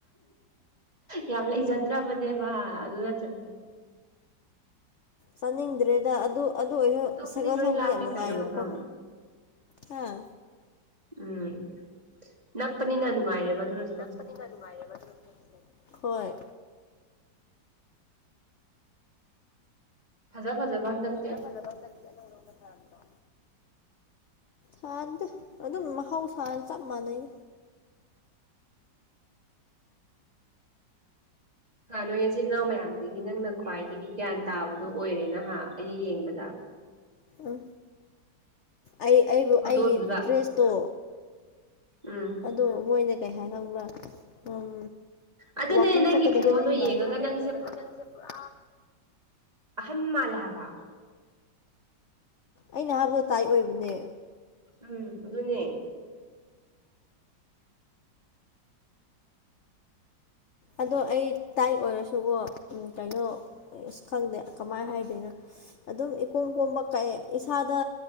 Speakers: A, on the right; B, on the left.
A: ꯌꯥꯝ ꯂꯩꯖꯗꯔꯕꯅꯦꯕ ꯑꯗꯨ ꯅꯠꯇ꯭ꯔ
B: ꯆꯥꯅꯤꯡꯗ꯭ꯔꯦꯗ ꯑꯗꯨ ꯑꯗꯨ ꯑꯣꯏꯔꯁꯨ
A: ꯑꯇꯣꯞꯄꯗꯤ
B: ꯁꯥꯏꯀꯜ
A: ꯂꯣꯏ
B: ꯊꯧꯕꯗꯤ
A: ꯂꯥꯞꯄꯤ
B: ꯌꯥꯝ ꯅꯨꯡꯉꯥꯏꯌꯦꯕꯀꯣ
A: ꯀꯩꯅꯣ ꯃꯐꯝ
B: ꯍꯥꯥ
A: ꯎꯝ ꯅꯛꯄꯅꯤꯅ ꯅꯨꯡꯉꯥꯏꯌꯦꯕ ꯑꯗꯨꯅꯖꯨ
B: ꯅꯛꯄꯅꯤꯅ ꯅꯨꯡꯉꯥꯏꯌꯦꯕ ꯑꯗꯨꯟꯖꯨ ꯍꯣꯏ
A: ꯐꯖ ꯐꯖꯕ ꯍꯟꯗꯛ
B: ꯐꯖ ꯐꯖꯕ ꯍꯟꯗꯛ ꯑꯅꯧꯑꯅꯧꯕ ꯊꯥꯔꯝꯗꯣ ꯊ‌ꯥꯗ‌ꯦ ꯑꯗꯨꯝ ꯃꯍꯥꯎꯁꯥꯅ‌ꯦ ꯆꯞ ꯃꯥꯟꯅꯩ
A: ꯍꯥ ꯅꯣꯏ ꯅꯆꯤꯟ ꯅꯅꯥꯎ ꯃꯌꯥꯝꯗꯒꯤ ꯅꯪꯅ ꯈ꯭ꯋꯥꯏꯗꯒꯤ ꯒ꯭ꯌꯥꯟ ꯇꯥꯕꯗꯨ ꯑꯣꯏꯔꯦ ꯅꯍ ꯑꯩꯅ ꯌꯦꯡꯕꯗ
B: ꯎ ꯑꯩ ꯑꯩꯕꯨ
A: ꯐꯣꯇꯣꯗꯨꯗ
B: ꯑꯩꯒꯤ ꯗ꯭ꯔꯦꯁꯇꯣ
A: ꯎꯝ
B: ꯑꯗꯣ ꯃꯣꯏꯅ ꯀꯩ ꯍꯥꯏ ꯈꯪꯕ꯭ꯔꯥ ꯎꯝ
A: ꯑꯗꯨꯅꯦ
B: ꯋꯥꯀꯤꯡ
A: ꯅꯪꯒꯤ
B: ꯆꯠꯀꯗꯕ
A: ꯐꯤꯔꯣꯜꯗꯣ
B: ꯃꯤ ꯃꯥꯜꯂ‌ꯦ
A: ꯌꯦꯡꯉꯒ
B: <unintelligible>
A: ꯅꯪꯁꯦ
B: ꯍꯥꯏ <unintelligible> ꯅꯪꯁ‌ꯦ ꯄꯨꯔꯥ
A: ꯑꯍꯟ ꯃꯥꯜꯂ‌ꯦ ꯍꯥꯕ
B: ꯑꯩꯅ ꯍꯥꯏꯕꯗꯣ ꯇꯥꯏ ꯑꯣꯏꯕꯅꯦ
A: ꯎꯝ ꯑꯗꯨꯅꯦ
B: ꯑꯗꯣ ꯑꯩ ꯇꯥꯏ ꯑꯣꯏꯔꯁꯨꯀ‌ꯣ ꯎꯝ ꯀꯩꯅꯣ ꯑꯁ ꯈꯪꯗꯦ ꯀꯃꯥꯏ ꯍꯥꯏꯗꯣꯏꯅꯣ ꯑꯗꯨꯝ ꯏꯀꯣꯝ ꯀꯣꯝꯕ ꯀꯩ ꯏꯁꯥꯗ